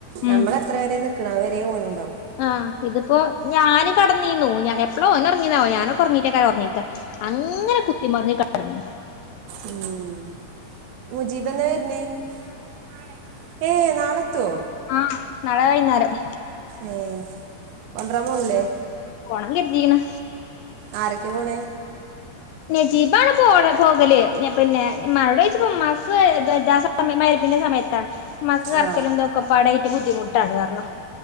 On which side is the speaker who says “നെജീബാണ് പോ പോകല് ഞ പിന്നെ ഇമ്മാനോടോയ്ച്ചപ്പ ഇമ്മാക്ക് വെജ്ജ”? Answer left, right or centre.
Left